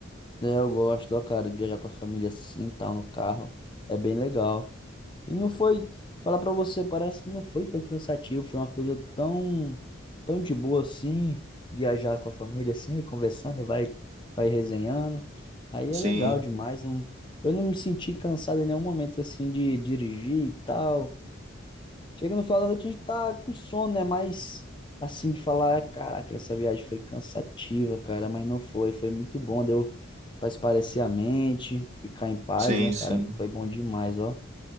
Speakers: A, on the left; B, on the right.
A: É, eu gosto, ó, cara, de viajar com a família assim, tal, no carro. É bem legal. E não foi, falar pra você, parece que não foi tão cansativo, foi uma coisa tão, tão de boa assim, viajar com a família assim, conversando e vai, vai resenhando. Aí
B: Sim,
A: é legal demais, não, eu não me senti cansado em nenhum momento assim de dirigir e tal. Chega no final da noite a gente tá com sono, né? Mas assim de falar, caraca, essa viagem foi cansativa, cara, mas não foi, foi muito bom, deu pra espairecer a mente, ficar em paz,
B: sim,
A: né,
B: sim.
A: cara? Foi bom demais, ó.